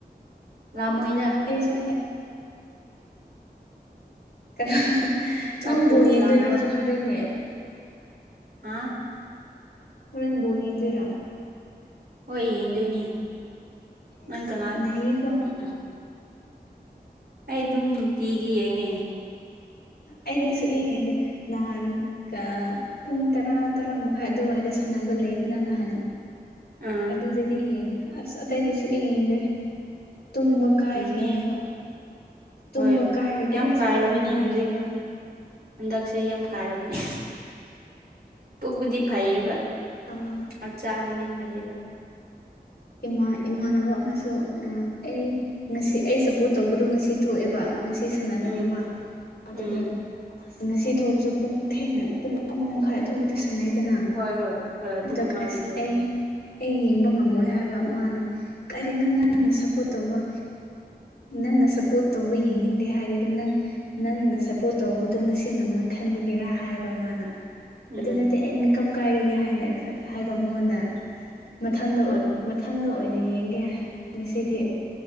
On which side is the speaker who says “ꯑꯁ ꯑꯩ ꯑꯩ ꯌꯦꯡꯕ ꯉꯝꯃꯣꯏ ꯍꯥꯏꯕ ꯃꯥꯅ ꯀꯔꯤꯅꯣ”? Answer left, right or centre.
Left